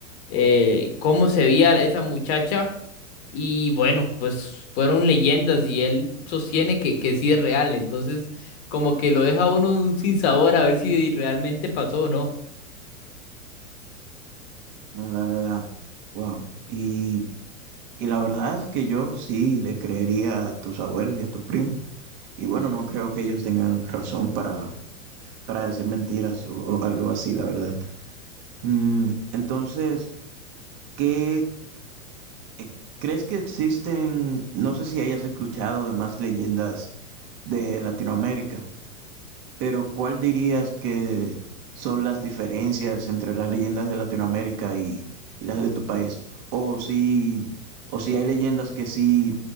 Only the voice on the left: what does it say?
eh, cómo se veía esa muchacha Y bueno, pues fueron leyendas y él sostiene que, que sí es real. Entonces, como que lo deja a uno un sinsabor a ver si realmente pasó o no.